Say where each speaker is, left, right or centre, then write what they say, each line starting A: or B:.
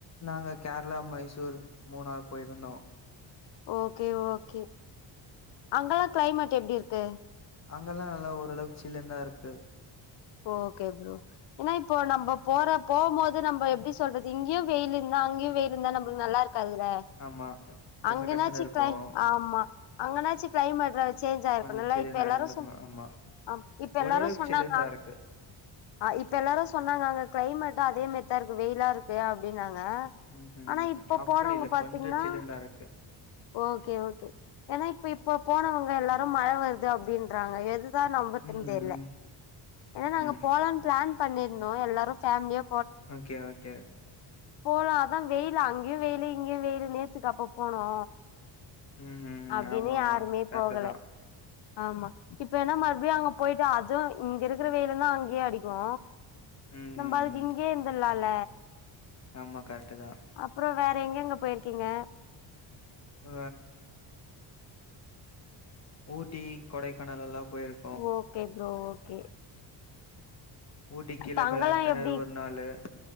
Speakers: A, on the left (about 30°); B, on the left (about 55°).
A: நாங்க கேரளா மைசூர் மூணார் போயிருந்தோ
B: ஓகே ஓகே அங்கெல்லா க்ளைமேட் எப்டி இருக்கு
A: அங்கல்லா நல்லா ஓளவுக்கு சில்லுன்தா இருக்கு
B: ஓகே ப்ரோ ஏன்னா இப்போ நம்ம போற போகும் போது நம்ம எப்டி சொல்றது இங்கயு வெயில் இருந்தா அங்கயு வெயில் இருந்தா நமக்கு நல்லாருக் கங்க
A: ஆமா கசகசன்னு
B: அங்கனாச்சி
A: இருக்கும்.
B: ஆமா அங்கனாச்சு க்ளைமேட் <unintelligible> சேஞ்ச் ஆயிருக்குனுல
A: கொஞ்சம் சில்லுன்னா
B: இப்ப எல்லாரு
A: இருந்துக்கணும் ஆமா
B: ஆம் இப்ப எல்லாரு
A: ஓரளவுக்கு
B: சொன்னாங்க
A: சில்லுன்னு தான் இருக்கு.
B: ஆ இப்ப எல்லாரு சொன்னாங்க அங்க க்ளைமேட்டா அதே மாரிதா இருக்கு வெயிலா இருக்கு அப்டின்னாங்க
A: ம்ஹ்ம்
B: ஆனா
A: ம்ஹ்ம்
B: இப்ப
A: அப்படி
B: போனவங்க
A: இல்ல
B: பாத்தீங்கன்னா
A: கொஞ்சம் சில்லுன்னு தான் இருக்கு.
B: ஓகே ஓகே ஏன்னா இப்ப இப்ப போனவங்க எல்லாரு மழ வருது அப்டின்றாங்க எது இதா நம்பறதுனு
A: ம்
B: தெரியில
A: ம்
B: ஏன்னா நாங்க
A: ம்
B: போலாம்னு பிளான் பண்ணிருந்தோ எல்லாரு பேமிலியா
A: ஓகே ஓகே
B: போலு அதா வெயிலு அங்கயு வெயிலு இங்கயு வெயிலு நேத்துக்கப்ப போனோ
A: ம் ம்
B: அப்டின்னு
A: ஆமா
B: யாருமே
A: ஆமா கரெக்ட்டு
B: போகல
A: தான்.
B: ஆமா இப்ப என்ன மறுபடியு அங்க போயிட்டு அதுவு இங்க இருக்குற வெயிலுதா அங்கயு அடிக்கு
A: ம்
B: நம்ப
A: ம்
B: அதுக்கு
A: ம்
B: இங்கே இருந்தலால
A: ஆமா கரெட்டுதா
B: அப்பற வேற எங்கங்க போயிருக்கீங்க
A: ஆ ஊட்டி கொடைக்கானல் எல்லா போயிருக்
B: ஓகே ப்ரோ ஓகே
A: ஊட்டி கீழ
B: இப்ப அங்கல்லா
A: பிளாக் தண்டரு
B: எப்டி
A: ஒரு நாலு